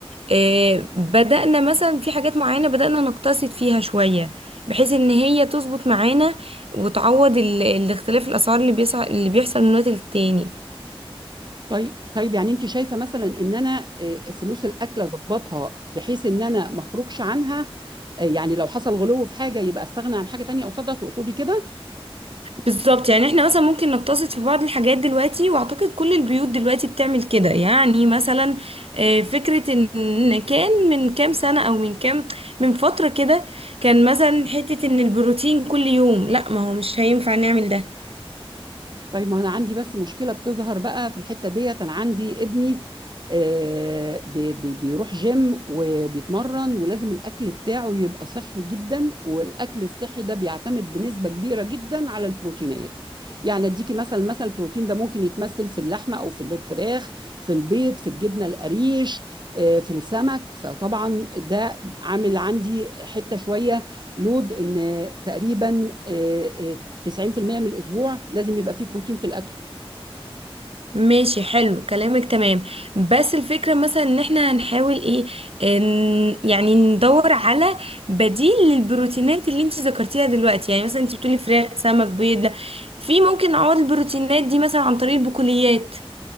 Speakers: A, on the right (about 70°); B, on the right (about 45°).
A: آه، بدأنا مثلا في حاجات معينة بدأنا نقتصد فيها شوية بحيث ان هي تظبط معانا وتعوض ال- الاختلاف الاسعار اللي بيسع... اللي بيحصل من وقت للتاني
B: طيب طيب يعني انت شايفه مثلا ان انا آه، فلوس الاكل اظبطها بحيث ان انا ما اخرجش عنها آه، يعني لو حصل غلو في حاجه يبقى استغنى عن حاجه تانية قصادها تقصدي كده
A: بالظبط يعني احنا مثلا ممكن نقتصد في بعض الحاجات دلوقتي واعتقد كل البيوت دلوقتي بتعمل كده يعني مثلا آه، فكرة ان كان من كام سنة او من كام من فترة كده كان مثلا حتة ان البروتين كل يوم لا ما هو مش هينفع نعمل ده
B: طيب ما انا عندي بس مشكله بتظهر بقى في الحته ديت انا عندي ابني آه، بي- بي- بيروح جيم وبيتمرن ولازم الاكل بتاعه يبقى صحي جدا والاكل الصحي ده بيعتمد بنسبه كبيره جدا على البروتينات يعني اديكي مثلا مثلا البروتين ده ممكن يتمثل في اللحمه او في الفراخ في البيض في الجبنه القريش آه، في السمك فطبعا ده عامل عندي حته شويه لود ان تقريبا آه، آه، 90% من الاسبوع لازم يبقى فيه بروتين في الاكل
A: ماشي حلو كلامك تمام بس الفكرة مثلا ان احنا هنحاول ايه ان يعني ندور على بديل للبروتينات اللي انت ذكرتيها دلوقتي يعني مثلا انت بتقولي فراخ سمك بيض لا. في ممكن نعوض البروتينات دي مثلا عن طريق البقوليات